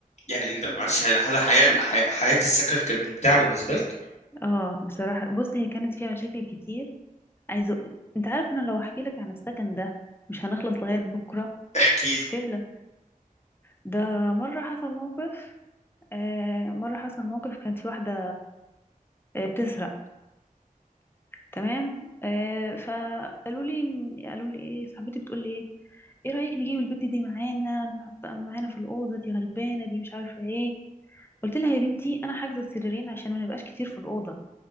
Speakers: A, on the left; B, on the left.
A: يعني انت معلش هل هل حياه حياه السكن كانت ممتعه بالنسبه لك
B: اه بصراحة بص هي كانت فيها مشاكل كتير عايز أقول... انت عارف انا لو احكي لك عن السكن ده مش هنخلص لغاية بكرة
A: احكي لي
B: فعلا ده مرة حصل موقف آه مرة حصل موقف كانت في واحدة آه، بتسرق تمام آه فقالوا لي إن- قالوا لي ايه صاحبتي بتقول لي ايه ايه رأيك نجيب البت دي معانا نحطها معانا في الأوضة دي غلبانة دي مش عارفة ايه قلت لها يا بنتي انا حاجزة السريرين عشان ما نبقاش كتير في الأوضة